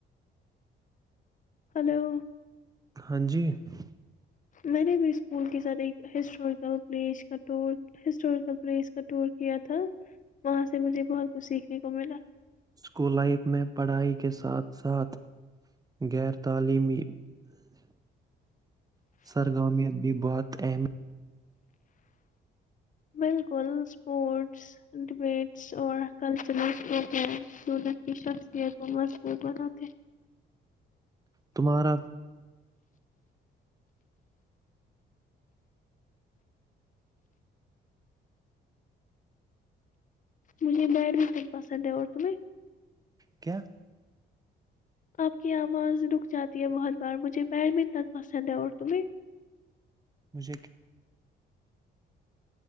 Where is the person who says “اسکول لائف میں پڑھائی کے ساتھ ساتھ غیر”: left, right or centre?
Right